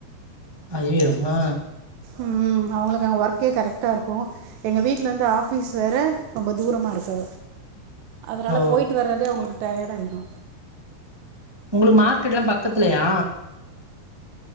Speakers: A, on the right; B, on the right.
A: அய்யயோ ஆ
B: ம் அவங்களுக் அங்கே ஒர்க்கே கரெக்டா இருக்கு எங்க வீட்ல இருந்து ஆபீஸ் வேற ரொம்ப தூரமா இருக்கு அதனால
A: ஓ
B: போயிட்டு வர்றதே அவுங்களுக்கு டயார்டாயிரு
A: உங்களுக் மார்க்கெட்லா பக்கத்துலயா